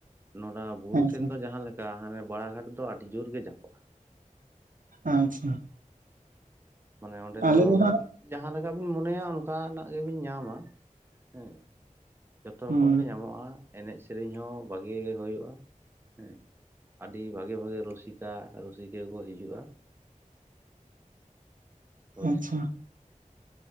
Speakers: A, on the right; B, on the right.
A: ᱱᱚᱱᱟ᱾ ᱵᱩᱨᱩ
B: ᱟᱪᱪᱷᱟ
A: ᱴᱷᱮᱱ ᱫᱚ ᱡᱟᱦᱟᱸ ᱞᱮᱠᱟ ᱦᱟᱱᱮ ᱵᱟᱲᱟ ᱜᱷᱟᱴ ᱫᱚ ᱟᱹᱰᱤ ᱡᱳᱨᱜᱮ ᱡᱷᱟᱠᱚᱜᱼᱟ᱾
B: ᱟᱪᱪᱷᱟ᱾
A: ᱢᱟᱱᱮ ᱚᱸᱰᱮ
B: ᱟᱞᱮ
A: ᱫᱚ
B: ᱦᱟᱸᱜ
A: ᱡᱟᱦᱟᱸ ᱞᱮᱠᱟ ᱵᱤᱱ ᱢᱚᱱᱮᱭᱟ ᱚᱱᱠᱟᱱᱟᱜ ᱜᱮᱵᱤᱱ ᱧᱟᱢᱟ ᱦᱮᱸ᱾ ᱡᱚᱛᱚ
B: ᱦᱩᱸ
A: ᱨᱚᱠᱚᱢ ᱜᱮ ᱧᱟᱢᱚᱜᱼᱟ ᱮᱱᱮᱡ ᱥᱮᱨᱮᱧ ᱦᱚᱸ ᱵᱷᱟᱜᱮ ᱜᱮ ᱦᱩᱭᱩᱜᱼᱟ ᱦᱮᱸ᱾ ᱟᱹᱰᱤ ᱵᱷᱟᱜᱮ ᱵᱷᱟᱜᱮ ᱨᱩᱥᱤᱠᱟ ᱨᱩᱥᱤᱠᱤᱭᱟᱹ ᱠᱚ ᱦᱤᱡᱩᱜᱼᱟ᱾ ᱯᱚᱪ
B: ᱟᱪᱪᱷᱟ
A: ᱠᱮᱫᱟ᱾